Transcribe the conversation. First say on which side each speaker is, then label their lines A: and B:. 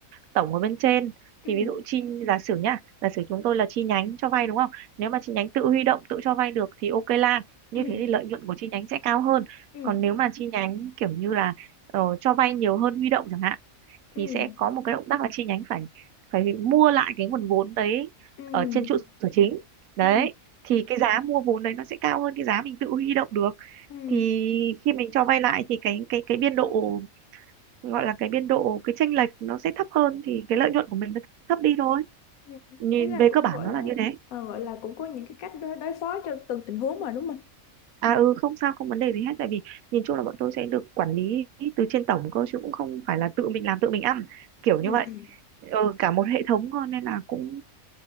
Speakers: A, on the right; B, on the left.
A: tổng ở bên trên
B: ừ
A: thì ví dụ chi giả sử nhá giả sử chúng tôi là chi nhánh cho vay đúng không nếu mà chi nhánh tự huy động tự cho vay được thì ok là như
B: ừ
A: thế thì lợi nhuận của chi nhánh sẽ cao hơn
B: ừ
A: còn nếu mà chi nhánh kiểu như là ờ, cho vay nhiều hơn huy động chẳng hạn
B: ừ
A: thì sẽ có một cái động tác là chi nhánh phải phải mua lại cái nguồn vốn đấy
B: ừ
A: ở trên trụ sở chính đấy
B: ừ
A: thì cái giá mua vốn đấy nó sẽ cao hơn cái giá mình tự huy động được
B: ừ
A: thì khi mình cho vay lại thì cái cái cái biên độ gọi là cái biên độ cái chênh lệch nó sẽ thấp hơn thì cái lợi nhuận của mình nó thấp đi thôi
B: ừ.
A: nhìn
B: ý là
A: về
B: cũng
A: cơ bản
B: gọi
A: nó
B: là
A: là như thế
B: ờ, gọi là cũng có những cái cách đối, đối phó cho từng tình huống mà đúng không
A: à ừ không sao không vấn đề gì hết tại vì nhìn chung là bọn tôi sẽ được quản lý từ trên tổng cơ chứ cũng không phải là tự mình làm tự mình ăn kiểu
B: ừ
A: như vậy
B: ừ
A: ừ, cả một hệ thống cơ nên là cũng